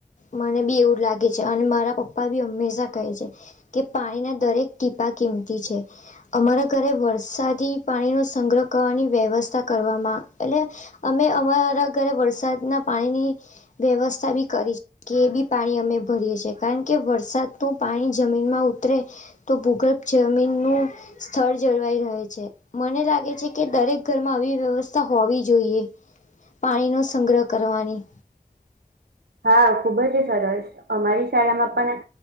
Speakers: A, on the left; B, on the right.
A: મને બી એવું જ લાગે છે અને મારા પપ્પા બી હંમેશા કહે છે. કે પાણીના દરેક ટીપા કિંમતી છે. અમારા ઘરે વરસાદી પાણીનો સંગ્રહ કરવાની વ્યવસ્થા કરવામાં એટલે અમે અમારા ઘરે વરસાદ ના પાણીની વ્યવસ્થા બી કરી છે. કે એ બી પાણી અમે ભરીએ છીએ કારણ કે વરસાદનું પાણી જમીનમાં ઉતરે તો ભૂગર્ભ જમીનનું સ્થળ જળવાઈ રહે છે. મને લાગે છે કે દરેક ઘરમાં આવી વ્યવસ્થા હોવી જોઈએ પાણીનો સંગ્રહ કરવાની
B: હા ખુબ જ સરસ અમારી શાળામાં પણ